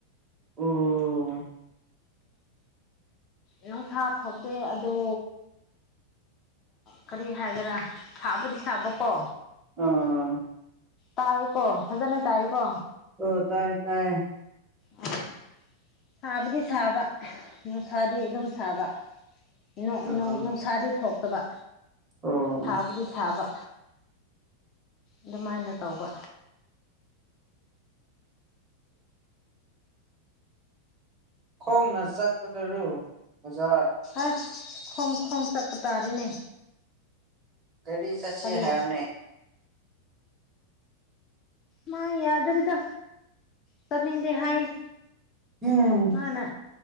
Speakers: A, on the right; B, on the left.
A: ꯑꯣ
B: ꯅꯪꯁꯥ ꯊꯣꯛꯇꯦ ꯑꯗꯣ ꯀꯔꯤ ꯍꯥꯏꯒꯦꯔꯥ ꯁꯥꯕꯗꯤ ꯁꯥꯕꯀꯣ
A: ꯑꯥ
B: ꯇꯥꯏꯀꯣ ꯐꯖꯅ ꯇꯥꯏꯀꯣ
A: ꯑꯣ ꯇꯥꯏꯌꯦ ꯇꯥꯏꯌꯦ
B: ꯑꯣ ꯁꯥꯕꯨꯗꯤ ꯁꯥꯕ ꯅꯨꯡꯁꯥꯗꯤ ꯑꯗꯨꯝ ꯁꯥꯕ ꯅꯨꯡ
A: ꯑ
B: ꯅꯨꯡ ꯅꯨꯡꯁꯥꯗꯤ ꯊꯣꯛꯇꯕ
A: ꯑꯣ
B: ꯁꯥꯕꯗꯤ ꯁꯥꯕ ꯑꯗꯨꯃꯥꯏꯅ ꯇꯧꯕ
A: ꯈꯣꯡꯅ ꯆꯠꯄꯗꯨꯔꯨ ꯑꯣꯖꯥ
B: ꯑꯁ ꯈꯣꯡ ꯈꯣꯡ ꯆꯠꯄ ꯇꯥꯔꯦꯅꯦ
A: ꯒꯥꯔꯤ ꯆꯠꯁꯦ
B: ꯀꯔꯤ
A: ꯍꯥꯏꯌꯨꯅꯦ
B: ꯃꯥ ꯌꯥꯗꯔꯦꯗ ꯆꯠꯅꯤꯡꯗꯦ ꯍꯥꯏꯌꯦ
A: ꯎꯝ
B: ꯃꯥꯅ